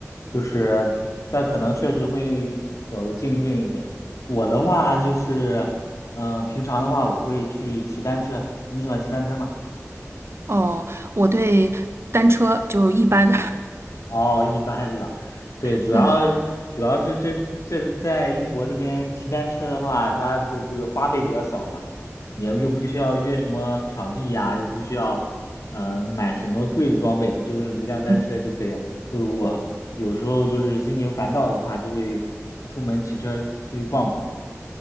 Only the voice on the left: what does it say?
就是，但可能确实会搞得尽兴一点。我的话就是，嗯、平常的话我会去骑单车，你喜欢骑单车吗？
哦，一般是吧？对，
主要
主要是这这在英国这边骑单车的话，它这这个花费比较少嘛，你又又不需要约什么场地呀，又不需要嗯、呃买什么贵的装备，就是一辆单车就可以了。
就是我有时候就是心情烦躁的话，就会出门骑车出去逛逛。